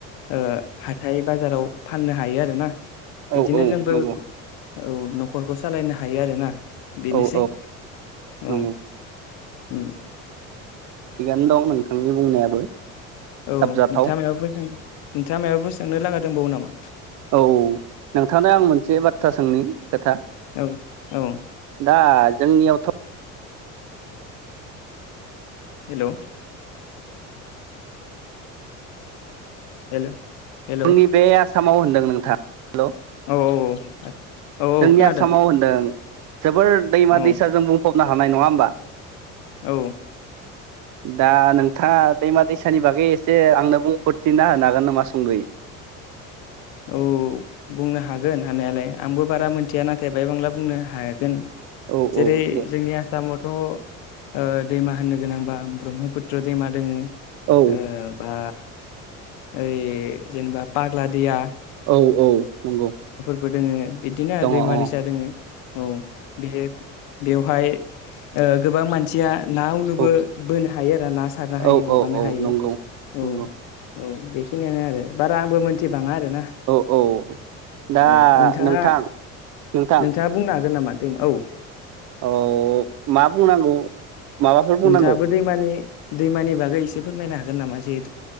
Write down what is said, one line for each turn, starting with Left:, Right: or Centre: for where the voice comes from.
Left: ओ हा बाजाराव फाननो हायो आरोना। बिदिनो
Right: औ औ
Left: जोंबो
Right: नंगौ
Left: औ न'खरखौ सालायनो हायो आरो ना। बेनोसै
Right: औ औ
Left: औ
Right: नंगौ
Left: उम
Right: थिगानो दं नोंथांनि बुंनायाबो।
Left: औ
Right: साबजाथाव
Left: नोंथांमोनाबो फो <unintelligible> नोंथाङा मायबाफोर सोंनो लागा दंबावो नामा?
Right: औ नोंथांनो आं मोनसे बाथ्रा सोंनि। खोथा
Left: औ औ
Right: दा जोंनियावथ'
Left: हेलौ हेल' हेल' औ
Right: आंनि बे आस सामाव होनदों नोंथां हेल'
Left: औ औ औ
Right: जोंनि
Left: औ खोनादों
Right: आसामाव होनदों जोबोर दैमा
Left: औ
Right: - दैसा जों बुंफाव नो हानाय नङा होमबा?
Left: औ
Right: दा नोंथाङा दैमा- दैसानि बागै एसे आंनो बुंफोरथिना होनो हागोन नामा सुंदयै?
Left: औ बुंनो हागोन हानायालाय आंबो बारा मिन्थिया नाथाय बाय बांला बुंनो हागोन।
Right: औ
Left: जेरै
Right: औ दे
Left: जोंनि आसामाव थ ओ दैमा होननो गोनांबा ब्रह्मपुत त्र दैमा दोङो
Right: औ
Left: ओ बा ओइ जेनेबा पाग्ला दिया
Right: औ औ नंगौ
Left: बोदोङो बिदिनो आरो
Right: दङ
Left: दैमा-
Right: अ औ
Left: दैसा दोङो औ बे बेवहाय ओ गोबां मानसिया ना उनुबो
Right: औ
Left: बोनो हा हायो आरो ना सारनो हायो
Right: औ
Left: माबानो
Right: औ औ
Left: हायो
Right: नंगौ
Left: औ
Right: नंगौ
Left: औ बेखिनियानो आरो बारा आंबो मोनथिबाङा आरो ना
Right: औ औ दा
Left: औ नोंथाङा
Right: नोंथां नोंथां
Left: नोंथाङा बुंनो हागोन नामा? उम औ
Right: औ मा बुंनांगौ माबाफोर बुंनांगौ
Left: नोंथाङाबो दैमानि दैमानि बागै एसे फोरमायनो हागोन नामा जे